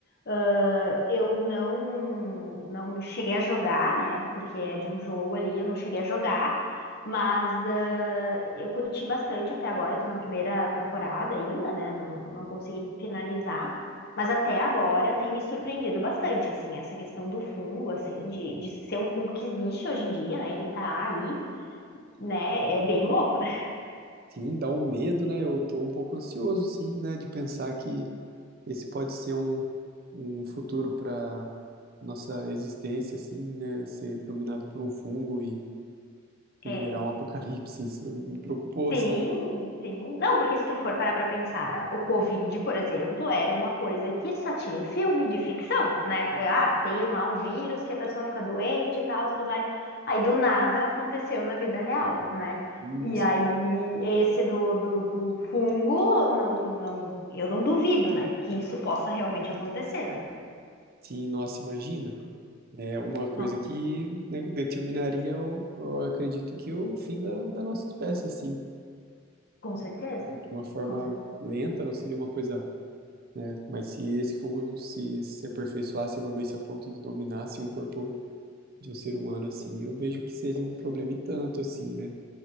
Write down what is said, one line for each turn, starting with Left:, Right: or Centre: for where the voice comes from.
Left: Ah, eu não não cheguei a jogar, né? Porque é de um jogo ali, eu não cheguei a jogar, mas ah, eu curti bastante até agora. Eu tô na primeira temporada ainda, né? Não, não consegui finalizar. Mas até agora tem me surpreendido bastante, assim, essa questão do fungo, assim, de, de ser um fungo que existe hoje em dia, né? Ele tá aí, né? É bem louco, né?
Right: Sim, dá um medo, né? Eu tô um pouco ansioso, sim, né, de pensar que esse pode ser um, um futuro para nossa existência, assim, né? Ser dominado por um fungo e gerar
Left: É.
Right: um apocalipse, isso me preocupou, assim.
Left: Sim, sim. Não, porque se tu for parar pra pensar, o Covid, por exemplo, era uma coisa que só tinha em filme de ficção, né? Ah, tem lá um vírus que a pessoa fica doente e tal, tudo mais. Aí do nada aconteceu na vida real, né?
Right: E
Left: E
Right: isso,
Left: aí esse do, do, do fungo, não, não, eu não duvido, né? Que isso possa realmente acontecer, né?
Right: sim, nossa, imagina. É uma coisa
Left: Não,
Right: que, né, determinaria, o- eu, acredito que o fim da, da nossa espécie, assim,
Left: com certeza.
Right: de uma forma
Left: Com certeza.
Right: lenta, não seria uma coisa, né? Mas se esse fungo se, se aperfeiçoasse, evoluísse a ponto de dominar, assim, um corpo de um ser humano, assim, eu vejo que seria um problema e tanto, assim, né?